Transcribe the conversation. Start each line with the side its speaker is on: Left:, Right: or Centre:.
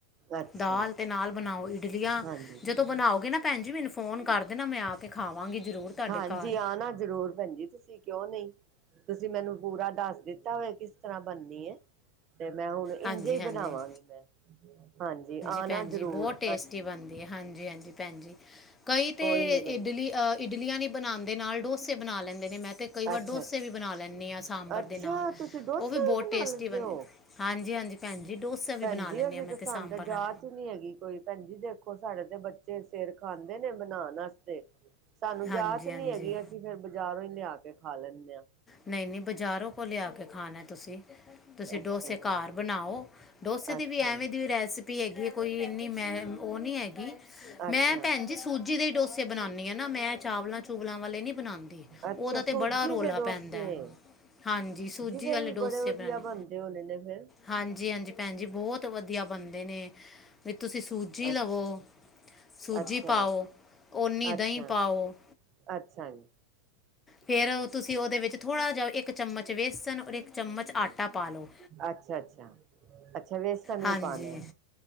Right: ਅੱਛਾ
Left: ਦਾਲ ਤੇ ਨਾਲ ਬਣਾਓ। ਇਟਲਿਆ
Right: ਹਾਂਜੀ
Left: ਜਦੋਂ ਬਣਾਓਗੇ ਨਾ ਭੈਣ ਜੀ ਮੈਨੂੰ ਫੋਨ ਕਰ ਦੇਣਾ ਮੈਂ ਆ ਕੇ ਖਾਵਾਂਗੀ ਜ਼ਰੂਰ ਤੁਹਾਡੇ
Right: ਹਾਂਜੀ
Left: ਘਰ
Right: ਹਾਂ ਨਾ ਜ਼ਰੂਰ ਭੈਣਜੀ ਤੁਸੀਂ ਕਿਉਂ ਨਹੀਂ ਤੁਸੀਂ ਮੈਨੂੰ ਪੂਰਾ ਦੱਸ ਦਿੱਤਾ ਹੋਆ ਕਿਸ ਤਰ੍ਹਾਂ ਬਣਨੀ ਏ ਤੇ ਮੈਂ ਹੁਣ ਇੰਝੇ
Left: ਹਾਂਜੀ
Right: ਹੀ
Left: ਹਾਂਜੀ
Right: ਬਣਾਵਾਂਗੀ ਮੈਂ ਹਾਂਜੀ ਆਣਾ
Left: ਭੈਣ ਜੀ
Right: ਜਰੂਰ
Left: ਬਹੁਤ ਟੇਸਟੀ ਬਣਦੀ ਹੈ ਹਾਂਜੀ ਹਾਂਜੀ ਭੈਣ ਜੀ ਕਈ ਤੇ
Right: ਕੋਈ ਨੀ ਭੈਣ
Left: ਇਡਲੀ
Right: ਜੀ
Left: ਇਡਲੀਆਂ ਨਹੀਂ ਬਣਾਉਦੇ ਨਾਲ ਡੋਸੇ ਬਣਾ ਲੈਂਦੇ ਨੇ ਮੈਂ ਤੇ ਕਈ ਵਾਰ
Right: ਅੱਛਾ
Left: ਡੋਸੇ
Right: ਅੱਛਾ
Left: ਵੀ ਬਣਾ ਲੈਂਨੀ ਆ ਸਾਂਬਰ
Right: ਅੱਛਾ
Left: ਦੇ ਨਾਲ
Right: ਤੁਸੀਂ ਡੋਸਾ
Left: ਉਹ ਵੀ ਬਹੁਤ
Right: ਬਣਾ
Left: ਟੇਸਟੀ
Right: ਲੈਂਦੇ
Left: ਬਣਦੇ
Right: ਹੋ
Left: ਹਾਂਜੀ ਹਾਂਜੀ ਭੈਣ ਜੀ ਡੋਸਾ ਵੀ
Right: ਭੈਣ
Left: ਬਣਾ
Right: ਜੀ
Left: ਲੈਂਨੀ
Right: ਅਸੀਂ
Left: ਹਾਂ ਮੈਂ
Right: ਤੇ ਸਾਨੂੰ
Left: ਸਾਂਬਰ
Right: ਤੇ ਜਾ
Left: ਨਾਲ
Right: ਨੀ ਹੈਗੀ ਕੋਈ ਭੈਣ ਜੀ ਦੇਖੋ ਸਾਡੇ ਤੇ ਬੱਚੇ ਸਿਰ ਖਾਂਦੇ ਨੇ ਬਣਾਉਣ ਵਾਸਤੇ ਸਾਨੂੰ
Left: ਹਾਂਜੀ
Right: ਜਾਚ
Left: ਹਾਂਜੀ
Right: ਨੀ ਹੈਗੀ ਅਸੀਂ ਫਿਰ ਬਾਜ਼ਾਰੋਂ ਹੀ ਲਿਆ ਕੇ ਖਾ ਲੈਂਦੇ ਹਾਂ।
Left: ਨਹੀਂ ਨਹੀਂ ਬਜ਼ਾਰੋਂ ਕੋ ਲਿਆ ਕੇ ਖਾਣਾ ਤੁਸੀਂ ਤੁਸੀਂ
Right: ਅੱਛਾ
Left: ਡੋਸੇ ਘਰ ਬਣਾਓ ਡੋਸੇ ਦੀ
Right: ਅੱਛਾ
Left: ਵੀ ਐਵੇਂ ਦੀ ਰੈਸਪੀ ਹੈਗੀ ਕੋਈ ਇੰਨੀ ਮੈਂ ਉਹ ਨਹੀਂ ਹੈਗੀ। ਮੈਂ
Right: ਅੱਛਾ
Left: ਭੈਣ ਜੀ ਸੂਜੀ ਦੇ ਡੋਸੇ ਬਣਾਉਂਦੀ ਹਾਂ ਨਾ ਮੈਂ ਚਾਵਲਾਂ ਚੂਵਲਾਂ ਵਾਲੇ ਨਹੀਂ ਬਣਾਉਂਦੀ।
Right: ਅੱਛਾ
Left: ਉਹਦਾ ਤੇ
Right: ਸੂਜੀ
Left: ਬੜਾ ਰੋਲ
Right: ਦੇ
Left: ਹੈ।
Right: ਡੋਸੇ
Left: ਪੈਂਦਾ ਹਾਂਜੀ ਸੂਜੀ
Right: ਦੇ
Left: ਵਾਲੇ
Right: ਵੀ
Left: ਡੋਸੇ
Right: ਬੜੇ ਵਧੀਆ
Left: ਬਣਾਉਣੇ
Right: ਬਣਦੇ ਹੋਣੇ ਨੇ ਫੇਰ
Left: ਹਾਂਜੀ-ਹਾਂਜੀ ਭੈਨ ਜੀ, ਬਹੁਤ ਵਧੀਆ ਬਨਦੇ ਨੇਂ। ਵਈ ਤੁਸੀ ਸੂਜੀ
Right: ਅੱਛਾ
Left: ਲਵੋ। ਸੂਜੀ
Right: ਅੱਛਾ
Left: ਪਾਓ, ਓਹਨੀਂ
Right: ਅੱਛਾ
Left: ਦਹੀਂ ਪਾਓ।
Right: ਅੱਛਾ ਜੀ
Left: ਫੇਰ ਤੁਸੀ ਉਹਦੇ ਵਿੱਚ ਥੋੜਾ ਜਿਹਾ ਇੱਕ ਚਮਚ ਵੇਸਨ, ਔਰ ਇੱਕ ਚਮਚ ਆਟਾ ਪਾ ਲਓ।
Right: ਅੱਛਾ ਅੱਛਾ ਅੱਛਾ, ਵੇਸਨ ਵੀ
Left: ਹਾਂਜੀ
Right: ਪਾਉਨਾ ਹੈ।